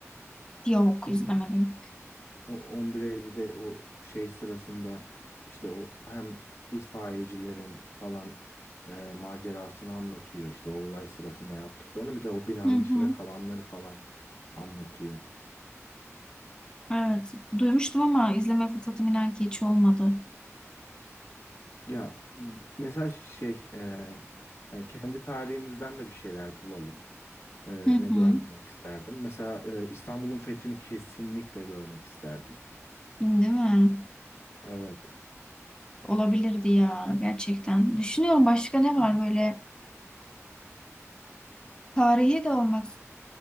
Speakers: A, on the left; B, on the left.
A: Yok izlemedim.
B: O 11 Eylül'de o şey sırasında işte o hem itfaiyecilerin falan e, macerasını anlatıyor. İşte o olay sırasında yaptıklarını bir de o binanın
A: Hı hı.
B: içinde kalanları falan anlatıyor.
A: Evet duymuştum ama izleme fırsatım inan ki hiç olmadı.
B: Ya b- mesela şey e, hani kendi tarihimizden de bir şeyler bulalım. E,
A: Hı hı.
B: ne görmek isterdim? Mesela e, İstanbul'un fethini kesinlikle görmek isterdim.
A: Değil mi?
B: Evet.
A: Olabilirdi ya gerçekten. Düşünüyorum başka ne var böyle tarihi de olmak